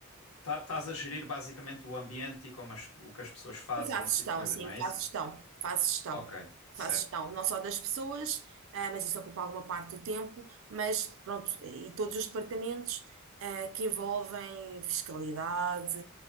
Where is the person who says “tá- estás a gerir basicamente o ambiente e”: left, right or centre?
Left